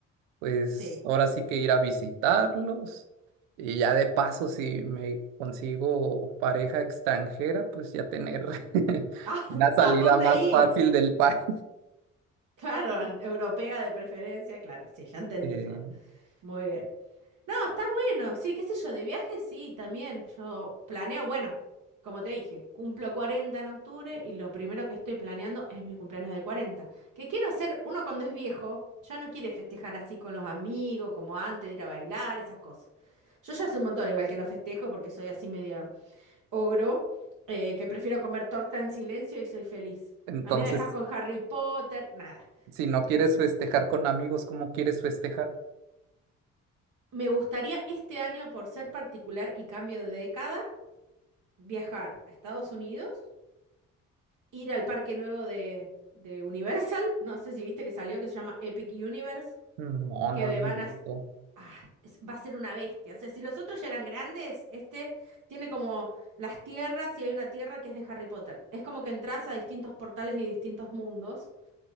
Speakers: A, on the right; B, on the right.
A: pues
B: Sí.
A: ahora sí que ir a visitarlos. Y ya de paso, si me consigo pareja extranjera, pues ya tener <laughs>
B: <laughs> Ah,
A: una salida
B: ¿a dónde
A: más
B: ir?
A: fácil del país.
B: Claro, en- europea de preferencia, claro, sí, ya entendí
A: Eh,
B: todo. Muy bien. No, está bueno. Sí, qué sé yo, de viaje sí, también. Yo planeo, bueno, como te dije, cumplo 40 en octubre y lo primero que estoy planeando es mi cumpleaños de 40. Que quiero hacer, uno cuando es viejo, ya no quiere festejar así con los amigos, como antes de ir a bailar, esas cosas. Yo ya hace un montón igual que no festejo porque soy así medio ogro, eh, que prefiero comer torta en silencio y soy feliz.
A: entonces...
B: A mí me dejas con Harry Potter, nada.
A: Si no quieres festejar con amigos, ¿cómo quieres festejar?
B: Me gustaría este año, por ser particular y cambio de década, viajar a Estados Unidos, ir al parque nuevo de, de Universal, no sé si viste que salió, que se llama Epic Universe,
A: No,
B: que
A: no lo
B: van
A: he visto.
B: a... Ah, es- va a ser una bestia. O sea, si los otros ya eran grandes, este tiene como las tierras y hay una tierra que es de Harry Potter. Es como que entras a distintos portales y distintos mundos.